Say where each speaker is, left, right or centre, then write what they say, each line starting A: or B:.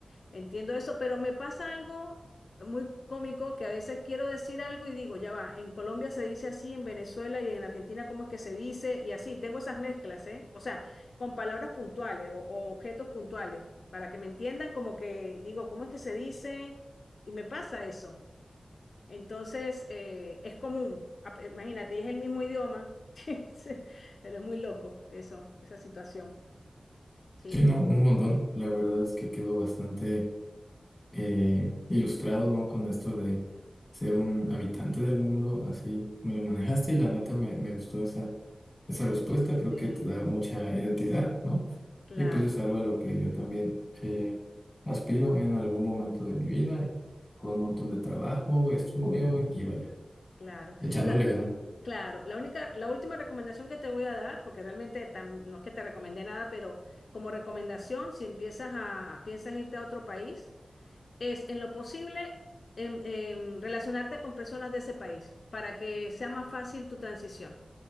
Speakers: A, on the left; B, on the left.
A: entiendo eso, pero me pasa algo muy cómico que a veces quiero decir algo y digo, ya va, en Colombia se dice así, en Venezuela y en Argentina cómo es que se dice y así, tengo esas mezclas, ¿eh? O sea, con palabras puntuales o, o objetos puntuales, para que me entiendan como que digo, ¿cómo es que se dice? Y me pasa eso. Entonces, eh, es común, Ap- imagínate, y es el mismo idioma, <laughs> Sí, sí, pero es muy loco eso, esa situación. Sí,
B: Sí, no, un montón. La verdad es que quedo bastante eh, ilustrado, ¿no? Con esto de ser un habitante del mundo, así me lo manejaste y la neta me, me gustó esa, esa respuesta. Creo
A: sí,
B: que te da mucha identidad, ¿no?
A: claro,
B: Y pues es algo a lo que yo también eh, aspiro en algún momento de mi vida, con un montón de trabajo, estudio y vaya.
A: claro.
B: Echándole
A: La,
B: ganas.
A: claro, la única, la última recomendación que te voy a dar, porque realmente tam- no es que te recomendé nada, pero como recomendación, si empiezas a, piensas irte a otro país, es en lo posible em- em, relacionarte con personas de ese país para que sea más fácil tu transición,